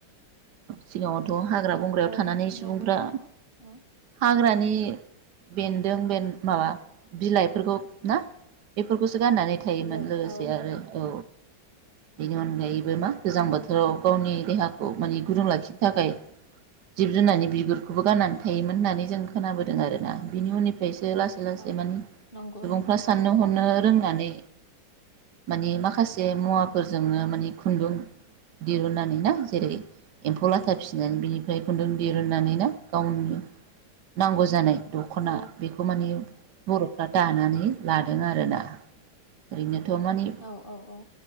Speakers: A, on the right; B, on the left.
A: सिगाङावथ' हाग्रा बंग्रायाव
B: औ
A: थानानै सुबुंफ्रा
B: नंगौ नोंथां औ
A: हाग्रानि बेन्दों बे माबा बिलाइफोरखौ ना बेफोरखौ गाननानै थायोमोन
B: बिलाइ
A: लोगोसे
B: औ
A: आरो औ बेनि अनगायैबो मा गोजां बोथोराव गावनि देहाखौ माने गुदुं लाखिनो थाखाय जिब जुनारनि बिगुरखौबो गाननानै थायोमोन होननानै जों खोनाबोदों आरोना बिनि उननिफ्राय लासै लासै
B: औ
A: माने
B: नंगौ
A: सुबुंफ्रा
B: नोंथां
A: साननो हनो फोरोंनानै माने माखासे मुवाफोरजोंनो माने खुन्दुं दिरुननानै ना जेरै एम्फौ लाथा फिसिनानै बिनिफ्राय खुन्दुं दिरुननानै
B: औ
A: ना गावनि नांगौ जानाय दख'ना
B: औ
A: बेखौ माने बर'फ्रा दानानै लादों आरोना ओरैनो थ माने
B: औ औ औ